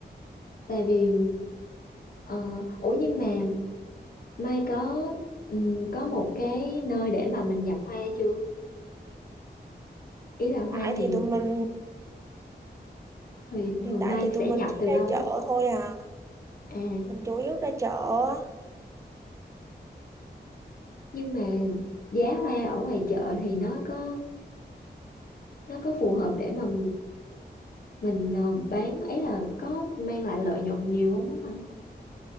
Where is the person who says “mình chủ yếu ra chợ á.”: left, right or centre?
Right